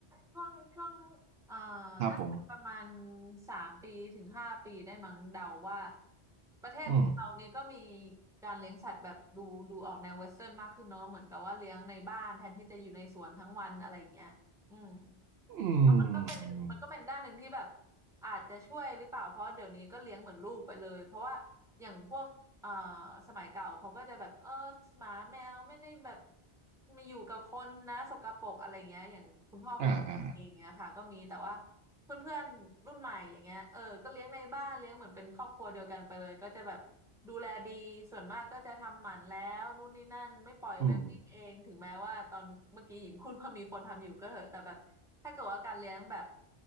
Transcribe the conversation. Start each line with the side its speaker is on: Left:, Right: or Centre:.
Centre: ช่วงช่วงเอ่อ
Right: ครับผม
Centre: น่าจะประมาณสามปีถึงห้าปีได้มั้งเดาว่าประเทศเรานี้ก็มี
Right: อืม
Centre: การเลี้ยงสัตว์แบบดูดูออกแนวเวสเทิร์นมากขึ้นเนาะเหมือนกับว่าเลี้ยงในบ้านแทนที่จะอยู่ในสวนทั้งวันอะไรอย่างเงี้ยอืม
Right: อื
Centre: แลาวมันก็เป็นมันก็เป็นด้านหนึ่งที่แบบ
Right: ม
Centre: อาจจะช่วยหรือเปล่าเพราะเดี๋ยวนี้ก็เลี้ยงเหมือนลูกไปเลยเพราะว่า อย่างพวกเอ่อสมัยเก่าเขาก็จะแบบ เออหมาแมวไม่ได้แบบมาอยู่กับคนนะสกปรกอะไรเงี้ยอย่างคุณพ่อคุณแม่เองเงี้ยค่ะก็มีแต่ว่า
Right: อ่าอ่า
Centre: เพื่อนเพื่อนรุ่นใหม่อย่างเงี้ยเออก็เลี้ยงในบ้านเลี้ยงเหมือนเป็นครอบครัวเดียวกันไปเลยก็จะแบบดูแลดีส่วนมากก็จะทำหมันแล้วนู่นนี่นั่นไม่ปล่อยไปวิ่งเองถึงแม้ว่าตอนเมื่อกี้หญิงพูดว่ามีคนทำอยู่ก็เถอะแต่แบบถ้าเกิดว่าการเลี้ยงแบบ
Right: อืม